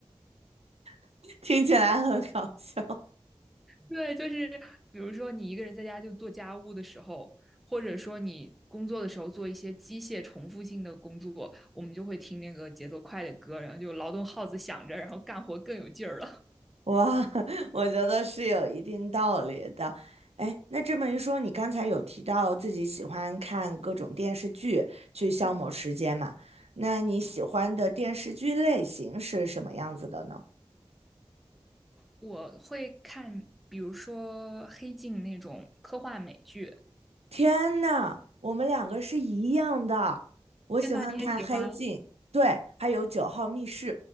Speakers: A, on the right; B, in the centre.
A: <laughs> 听起来很搞笑。
B: 对，就是比如说你一个人在家就做家务的时候，或者说你工作的时候做一些机械重复性的工作，我们就会听那个节奏快的歌，然后就劳动号子响着，然后干活更有劲儿了。
A: 哇，<laughs> 我觉得是有一定道理的。哎，那这么一说，你刚才有提到自己喜欢看各种电视剧去消磨时间嘛？
B: <laughs>
A: 那你喜欢的电视剧类型是什么样子的呢？
B: 我会看，比如说《黑镜》那种科幻美剧。
A: 天呐，我们两个是一样的。我喜欢看《黑镜》，
B: 天呐，你也喜欢哦？
A: 对，还有《九号密室》，